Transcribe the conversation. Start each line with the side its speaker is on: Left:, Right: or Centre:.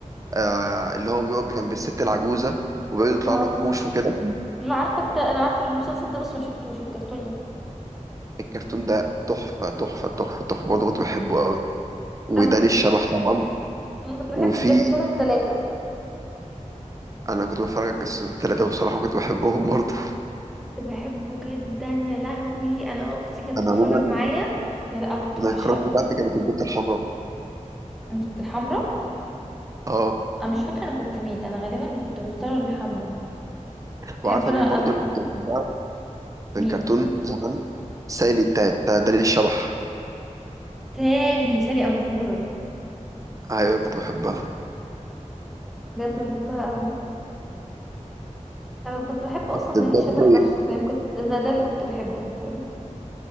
Right: آه، اللي هو بيقعد جنب الست العجوزه وبيقعد يطلع
Centre: ما اعرفوش
Right: له وحوش وكده
Centre: انا عارفه الت... انا عارفه المسلسل ده بس ما شفتوش الكرتون ده
Right: الكرتون ده تحفة تحفة تحفة تحفة برضه كنت بحبه قوي وداني
Centre: انا كنت
Right: الشبح طبعا
Centre: انا كنت بحب
Right: وفي
Centre: الجاسوسات الثلاثه
Right: أنا كنت بتفرج على الجاسوسات التلاتة وبصراحة كنت بحبهم برضه
Centre: كنت بحبه جدا يا لهوي انا اختي كانت
Right: أنا
Centre: بتتفرج
Right: عموما
Centre: معايا يا لا كنت
Right: أنا
Centre: بعشقه
Right: الكراس بتاعتي كانت البت الحمراء
Centre: انت كنت الحمرا
Right: اه
Centre: انا مش فاكره انا كنت مين انا غالبا كنت بختار الحمرا بحب
Right: وعارفة
Centre: انا
Right: مين برضه
Centre: انا
Right: اللي كنت بحبها في
Centre: مين
Right: الكرتون زمان سايلي بتاعت بتاع داني الشبح
Centre: سالي سالي اموره
Right: أيوة كنت بحبها
Centre: بجد بحبها قوي انا كنت بحب اصلا
Right: بس
Centre: داني
Right: بجد
Centre: الشبح نفسه فاهم كنت ده, ده اللي كنت بحبه فاهم